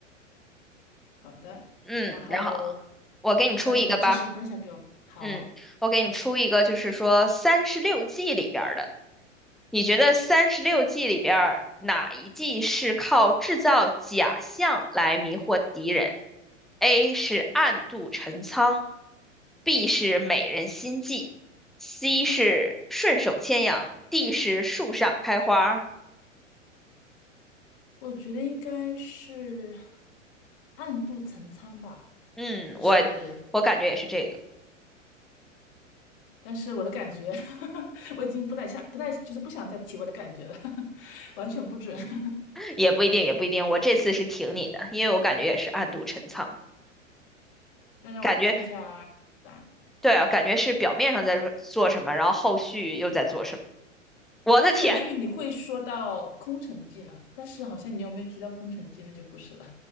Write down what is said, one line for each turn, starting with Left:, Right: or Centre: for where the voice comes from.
Left: 好的，
Centre: 嗯，
Left: 然后
Centre: 然后我给你出一个吧。
Left: 还有什么知识分享给我们好，
Centre: 嗯，我给你出一个，就是说三十六计里边儿的，你觉得三十六计里边儿哪一计是靠制造假象来迷惑敌人？A 是暗度陈仓，B 是美人心计，C 是顺手牵羊，D 是树上开花儿
Left: 我觉得应该是暗度陈仓吧，
Centre: 嗯，
Left: 就是，
Centre: 我我感觉也是这个，
Left: 但是我的感觉，<laughs> 我已经不太想，不太就是不想再提我的感觉了，<laughs> 完全不准。<laughs>
Centre: 也不一定，也不一定。我这次是挺你的，因为我感觉也是暗度陈仓。
Left: 那让我们看一下答案。
Centre: 感觉。对啊，感觉是表面上在做做什么，然后后续又在做什么。我的天
Left: 对，我以为你会说到空城计呢，但是好像你有没有提到空城计，那就不是了。